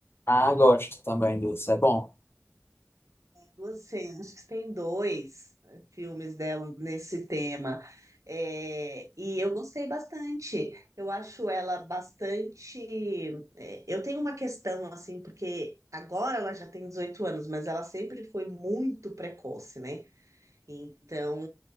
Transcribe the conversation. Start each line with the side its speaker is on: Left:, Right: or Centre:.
Left: Ah, gosto também disso, é bom.
Right: Você, acho que tem dois né, filmes dela nesse tema. É, e eu gostei bastante. Eu acho ela bastante. é, eu tenho uma questão, assim, porque agora ela já tem 18 anos, mas ela sempre foi muito precoce, né? Então,